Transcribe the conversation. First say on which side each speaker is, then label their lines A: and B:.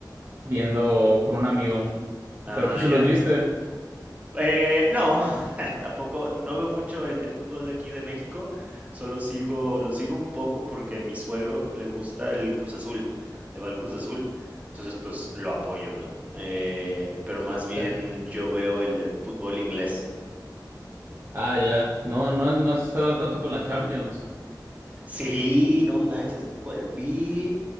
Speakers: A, on the right (about 40°); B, on the right (about 20°).
A: viendo con un amigo.
B: Ah,
A: Pero tú sí
B: ya.
A: los viste.
B: Eh, no, <laughs> tampoco, no veo mucho el, el fútbol de aquí de México, solo sigo, lo sigo un poco porque a mi suegro le gusta el Cruz Azul, le va el Cruz Azul, entonces pues lo apoyo, ¿no? Eh, pero más bien
A: Ya.
B: yo veo el, el fútbol inglés,
A: Ah, ya. No, no, no has estado al tanto con la Champions.
B: Sí, no manches. ¿Cuál? Vi,